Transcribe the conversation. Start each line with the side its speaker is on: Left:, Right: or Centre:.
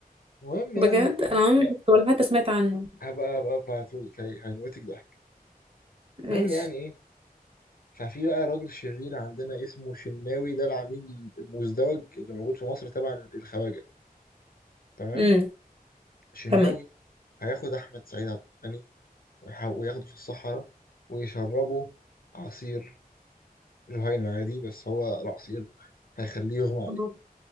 Left: المهم
Right: بجد
Left: يعني المهم-
Right: انا عمري
Left: آه،
Right: ما شفته ولا
Left: آه،
Right: حتى سمعت عنه
Left: هبقى هبقى ابعتهولك هي- هيموتك ضحك
Right: ماشي
Left: المهم يعني ايه ففي بقى راجل شرير عندنا اسمه شناوي ده العميل المزدوج اللي موجود في مصر تبع الخواجة تمام
Right: امم
Left: شناوي
Right: تمام
Left: هياخد احمد سعيد عبد الغني ويح- وياخده في الصحراء ويشربه عصير جهينة عادي بس هو العصير هيخليه يغمى عليه
Right: آه.